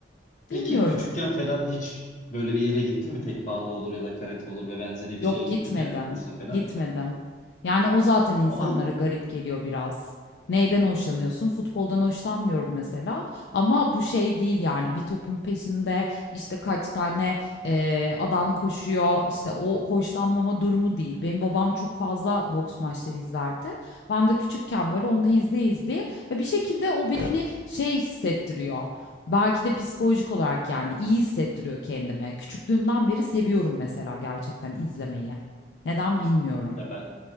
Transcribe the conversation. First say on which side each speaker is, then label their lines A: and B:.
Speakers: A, on the left; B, on the left.
A: Bilmiyorum.
B: Peki küçükken falan hiç böyle bir yere gittin mi? Tekvando olur ya da karate olur ve benzeri bir
A: Yok
B: şeye gittin
A: gitmedim,
B: mi yani kursa falan?
A: gitmedim. Yani o zaten insanlara
B: Ama
A: garip geliyor biraz. Neyden hoşlanıyorsun? Futboldan hoşlanmıyorum mesela. Ama bu şey değil yani bir topun peşinde işte kaç tane eee, adam koşuyor. İşte o hoşlanmama durumu değil. Benim babam çok fazla boks maçları izlerdi. Ben de küçükken böyle onunla izleye izleye ya bir şekilde o beni şey hissettiriyor. Belki de psikolojik olarak yani iyi hissettiriyor kendime. Küçüklüğümden beri seviyorum mesela gerçekten izlemeyi. Neden bilmiyorum.
B: ya ben